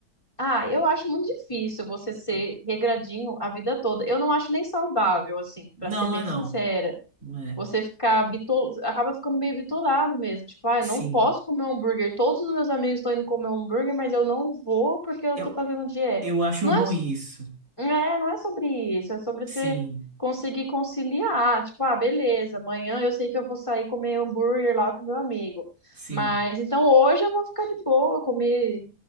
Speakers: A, on the left; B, on the right.
A: Ah, eu acho muito difícil você ser regradinho a vida toda. Eu não acho nem saudável, assim,
B: Não,
A: pra ser bem
B: não é não.
A: sincera.
B: Não é.
A: Você ficar bitol... acaba ficando meio bitolado mesmo. Tipo, ah,
B: Sim.
A: eu não posso comer um hambúrguer. Todos os meus amigos estão indo comer um hambúrguer, mas eu não vou porque eu
B: Eu,
A: tô fazendo dieta.
B: eu acho
A: Não
B: ruim
A: é
B: isso.
A: é, não é sobre isso, é sobre você
B: Sim,
A: conseguir conciliar. Tipo, ah, beleza, amanhã eu sei que eu vou sair comer hambúrguer lá com meu amigo.
B: sim.
A: Mas então hoje eu vou ficar de boa, comer,